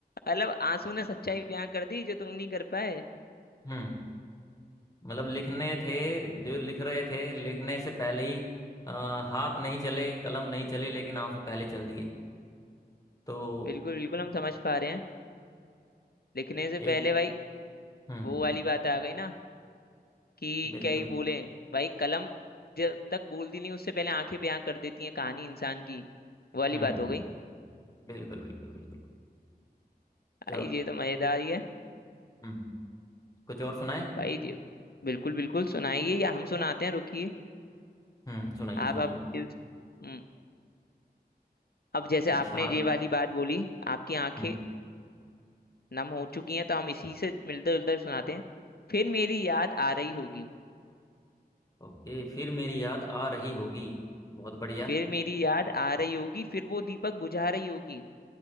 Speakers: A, on the left; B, on the left.
A: मतलब आंसू ने सच्चाई बयां कर दी जो तुम नहीं कर पाए
B: हम्म मतलब लिखने थे जो लिख रहे थे लिखने से पहले ही अ, हाथ नहीं चले कलम नहीं चली लेकिन आंसू पहले चल दिए तो
A: बिल्कुल बिल्कुल हम समझ पा रहे हैं लिखने से
B: एक
A: पहले भाई
B: हम्म
A: वो वाली बात आ गई ना कि
B: बिल्कुल
A: क्या ही बोले भाई कलम जब तक बोलती नहीं उससे पहले आंखें बयां कर देती हैं कहानी इंसान की वो वाली
B: हम्म
A: बात हो गई
B: बिल्कुल बिल्कुल बिल्कुल
A: भाई
B: चलो
A: ये तो मजेदार ही है
B: हम्म कुछ और सुनाए
A: भाई ये बिल्कुल बिल्कुल सुनाइए या हम सुनाते हैं रुकिए
B: हम्म सुनाइए
A: आप
B: सुनाइए
A: आप इस हम्म, अब जैसे आपने
B: इरशाद
A: ये वाली बात बोली आपकी आंखें
B: हम्म
A: नम हो चुकी हैं तो हम इसी से मिलते जुलते सुनाते हैं फिर मेरी याद आ रही होगी
B: ओके फिर मेरी याद आ रही होगी बहुत बढ़िया
A: फिर मेरी याद आ रही होगी फिर वो दीपक बुझा रही होगी